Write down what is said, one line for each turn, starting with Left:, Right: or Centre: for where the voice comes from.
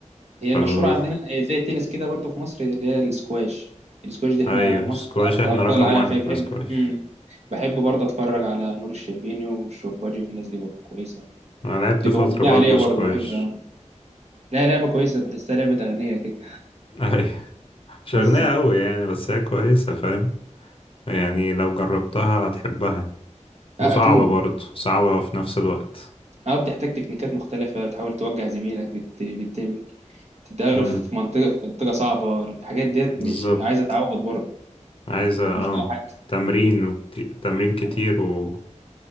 Right: هي المشهوره
Left: فال
Right: عندنا هي زي التنس كده برضو في مصر اللي هي السكواش السكواش دي احنا
Left: ايوه
Right: مصر
Left: سكواش
Right: أبط-
Left: احنا
Right: ابطال
Left: رقم
Right: العالم
Left: واحد
Right: فيها بحب
Left: في السكواش
Right: مم. بحب برضه اتفرج على نور الشربيني والشرباجي والناس دي برضه كويسه
Left: انا لعبت
Right: تبقى
Left: فترة
Right: ممتعة
Left: برضو
Right: ليا برضه
Left: سكواش
Right: بحبها أنا. لا لعبة كويسة بحسها لعبة أغنية كده
Left: <laughs> اي مش
Right: <laughs> بالظبط
Left: أغنية أوي يعني بس هي كويسة فاهم يعني لو جربتها هتحبها وصعبة
Right: اه أكيد
Left: برضه صعبة في نفس الوقت
Right: اه بتحتاج تكنيكات مختلفة بتحاول توجع زميلك بت... بتعمل تداله
Left: امم
Right: في منطقة في منطقة صعبة الحاجات ديت
Left: بالظبط
Right: مش عايزة تعود برضه
Left: عايزة اه
Right: مش أي حد
Left: تمرين وكتير. تمرين كتير
Right: آه،
Left: و